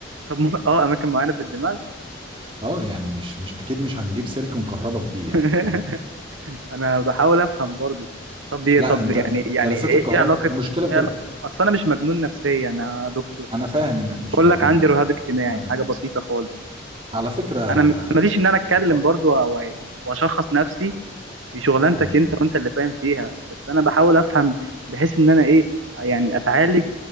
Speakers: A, on the right; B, on the right.
A: طب ما- اه اماكن معينه في الدماغ
B: اه يعني مش مش اكيد مش هنجيب سلك كهرباء بيه
A: <laughs>
B: يعني فاهم
A: انا بحاول افهم برضو طب
B: لا
A: طب
B: انت
A: يعني يعني
B: جلسات
A: ايه
B: الكهرباء
A: إيه علاقه
B: المشكله في
A: ايه
B: جلسة
A: علاقه اصل انا مش مجنون نفسيا انا دكتور
B: انا فاهم انك مش
A: بقول
B: مجنون
A: لك عندي
B: نفسي
A: رهاب اجتماعي
B: انت عندك
A: حاجه بسيطه خالص
B: على فكره
A: انا م- ماليش ان انا اتكلم
B: الك-
A: برضو و- و- واشخص نفسي دي شغلانتك
B: م.
A: انت وانت اللي فاهم فيها بس انا بحاول افهم بحيث ان انا ايه يعني اتعالج